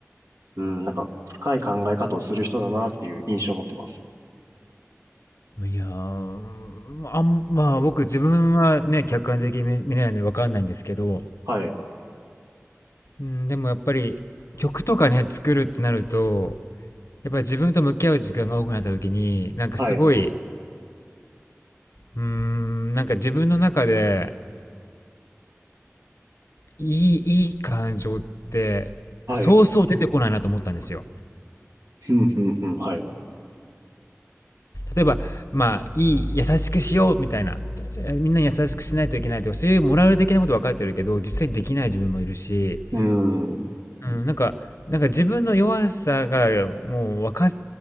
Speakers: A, on the right; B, on the left.
A: うん、なんか深い考え方をする人だなっていう印象を持ってます。
B: いやーあんまあ僕自分はね客観的に見見れないので分かんないんですけど、
A: はい。
B: うん、でもやっぱり曲とかね作るってなるとやっぱり自分と向き合う時間が多くなった時になんかすごい。
A: はい。
B: うーんなんか自分の中でいい、いい感情って、
A: はい。
B: そうそう出てこないなと思ったんですよ。
A: ふんふんふん、はい。
B: 例えば、まあ、いい、優しくしようみたいな、えみんなに優しくしないといけないとか、そういうモラル的なこと分かってるけど、実際にできない自分もいるし、
A: うん。
B: うん、なんか、なんか自分の弱さがもう分かっ